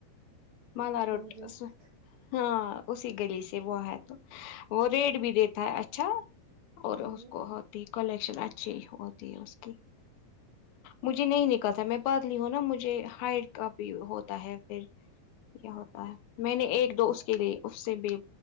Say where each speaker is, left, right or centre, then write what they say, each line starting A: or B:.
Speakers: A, on the left (about 75°); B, on the right (about 70°).
A: ملا
B: اتنا
A: روٹس
B: مجھے نہیں پتا
A: ہاں اسی گلی سے وہ ہے تو وہ ریڈ بھی دیتا ہے اچھا اور
B: ہ
A: اس کو ہو ٹی کلیکشن اچھی ہوتی ہے اس کی مجھے نہیں نکلتا میں پتلی ہوں نا مجھے ہائٹ کا بھی ہوتا ہے پھر یہ ہوتا ہے میں نے ایک دو اس کے لیے اس سے بھی